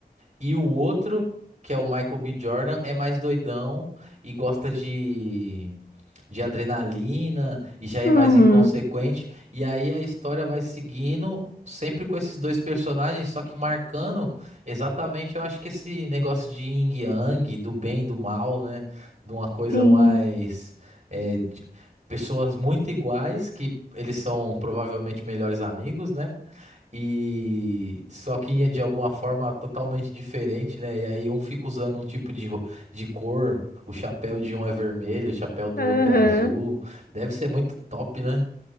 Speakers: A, on the right; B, on the left.
A: e o outro, que é o Michael B. Jordan, é mais doidão e gosta de, de adrenalina e já é
B: Uhum,
A: mais inconsequente. E aí a história vai seguindo, sempre com esses dois personagens, só que marcando exatamente, eu acho que esse negócio de yin e yang, do bem e do mal, né? De uma coisa
B: sim.
A: mais. é, de- pessoas muito iguais, que eles são provavelmente melhores amigos, né? E só que de alguma forma totalmente diferente, né? E aí um fica usando um tipo de, ro- de cor, o chapéu de um é vermelho, o chapéu do
B: Aham.
A: outro é azul. Deve ser muito top, né?